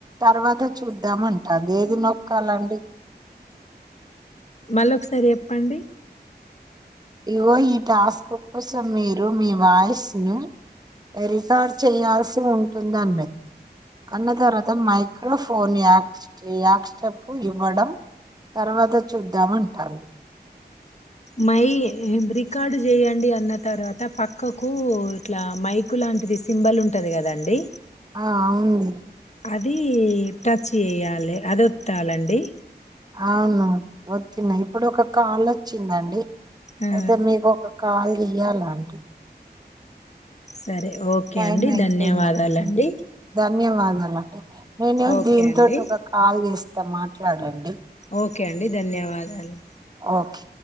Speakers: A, on the right; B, on the left.
A: తర్వాత చూద్దామం అదేది నొక్కాలండి
B: మళ్ళీ ఒకసారి చెప్పండి
A: ఇగో ఈ టాస్క్ కోసం మీరు మీ వాయిస్ ను రికార్డ్ చేయాల్సి ఉంటుంద అన్నది అన్న తర్వాత మైక్రోఫోన్ యాక్ యాక్స్టప్ ఇవ్వడం తర్వాత చూద్దాంటారు
B: మై బ్రికార్డు చేయండి అన్న తర్వాత పక్కకు ఇట్లా మైకు లాంటిది సింబల్ ఉంటది కదండి
A: ఆ అవును
B: అది టచ్ చేయాలి అది వత్తాలండి
A: అవును వోత్తిన ఇప్పుడు ఒక కాల చ్చిందండి
B: ఆ
A: అయిదే మీ కాల్ చెయ్యాలండి
B: సరే ఓకే
A: టైం
B: అండి
A: అయిపోయిందండి
B: ధన్యవాదాలండి
A: ధన్యవాదాలండి నేను
B: ఓకే
A: దీన్
B: అండి
A: తోటి ఒక కాల్ చేస్తాను <unintelligible> మాట్లాడండి
B: ఓకే అండి ధన్యవాదాలు
A: ఓకే